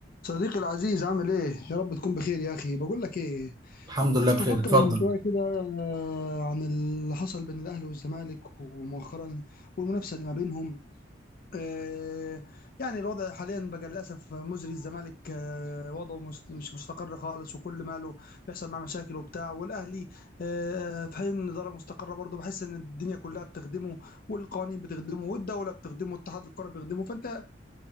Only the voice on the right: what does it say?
الحمد لله
بخير
اتفضل